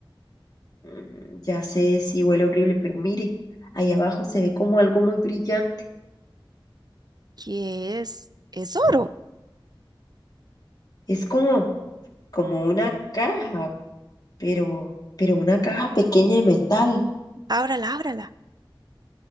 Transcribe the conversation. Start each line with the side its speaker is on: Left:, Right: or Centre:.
Left: "Mm, Ya sé, sí huele horrible, pero mire, ahí abajo se ve como algo muy brillante.
Right: ¿Qué es? Es oro.
Left: Es como, como una caja, pero, pero una caja pequeña de metal.
Right: Ábrala, ábrala.